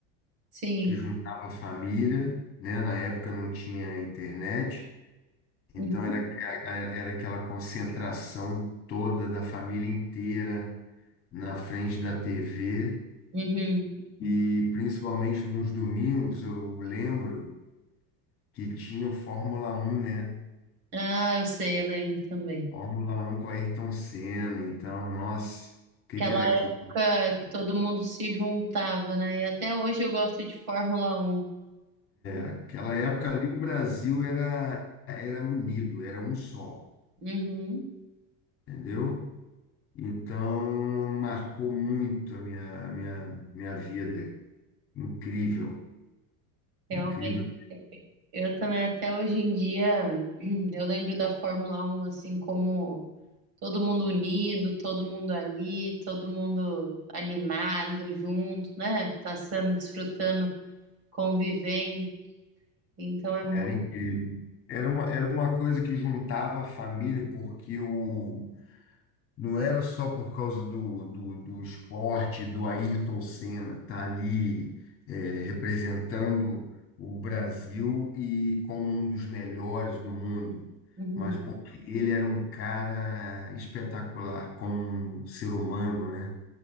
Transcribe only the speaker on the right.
Sim.
Uhum.
Uhum.
Ah, eu sei, eu lembro também.
Aquela
época
que todo mundo se juntava, né? E até hoje eu gosto de Fórmula Um.
Uhum,
realmente.
Eu também, até hoje em dia, <clears throat> eu lembro da Fórmula Um assim como todo mundo unido, todo mundo ali, todo mundo animado, junto, né? Passando, desfrutando, convivendo. Então é
muito.
Uhum.